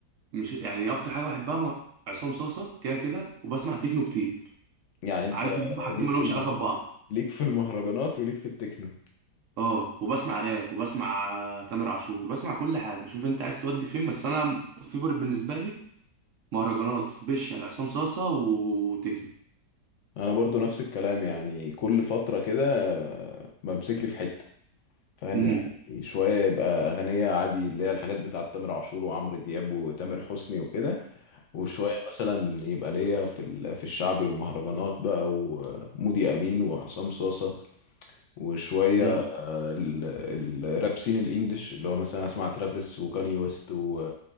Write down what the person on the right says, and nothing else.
مش يعني اكتر حاجه بحبها مع- عصام صاصا كده كده وبسمع تكنو كتير
عارف ان هم حاجتين
ما
لهمش
علاقه ببعض
اه وبسمع راب وبسمع آه، تامر عاشور بسمع كل حاجه شوف انت عايز تودي فين بس انا فيفورت بالنسبه لي مهرجانات سبيشال عصام صاصا وتكنو
امم
امم